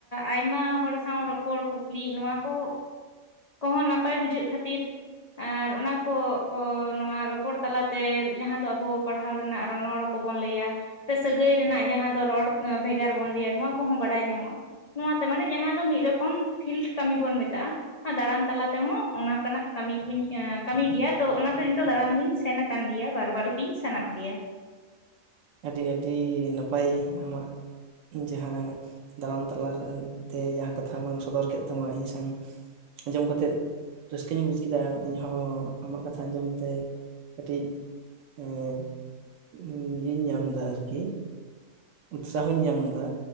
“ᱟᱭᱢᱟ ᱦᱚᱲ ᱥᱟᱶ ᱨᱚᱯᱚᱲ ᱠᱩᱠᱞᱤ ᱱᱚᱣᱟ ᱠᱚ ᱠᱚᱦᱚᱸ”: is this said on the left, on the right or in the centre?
Left